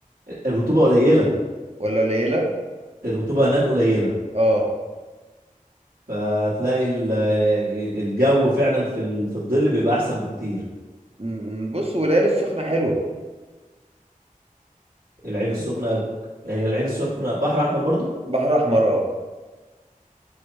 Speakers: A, on the right; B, on the right.
A: الرطوبة قليلة
B: ولا قليله
A: الرطوبة هناك قليلة
B: اه
A: فتلاقي ال- الجو فعلا في ال- في الظل بيبقى احسن بكتير
B: أمم، بص والعين السخنه حلوه
A: العين السخنة هي العين السخنة بحر احمر برضو
B: بحر احمر اه